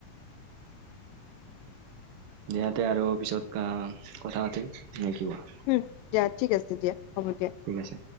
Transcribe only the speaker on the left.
উম, দিয়া ঠিক আছে দিয়া। হ'ব দিয়া।